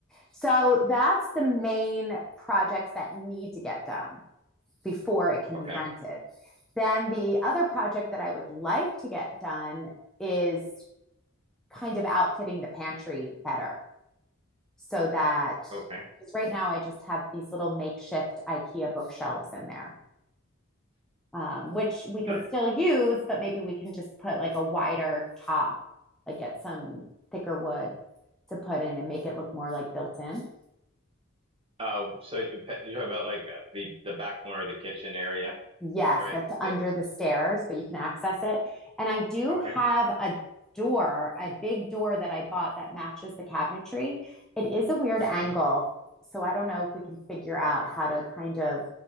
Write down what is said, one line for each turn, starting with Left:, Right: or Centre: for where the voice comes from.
Centre: So that's the main projects that need to get done before it can
Right: Okay.
Centre: be rented. Then the other project that I would like to get done is kind of outfitting the pantry better so that
Right: Okay.
Centre: because right now I just have these little makeshift IKEA bookshelves in there, um, which we could
Right: <clears throat>
Centre: still use, but maybe we can just put like a wider top, like get some thicker wood to put in and make it look more like built in.
Right: <laughs> Um, so you- you're talking about like uh, the the back corner of the kitchen area,
Centre: Yes,
Right: right?
Centre: that's under
Right: That
Centre: the stairs, but you can access it. And I do
Right: okay.
Centre: have a door, a big door that I bought that matches the cabinetry. It is a weird
Right: hmm
Centre: angle. So I don't know if we can figure out how to kind of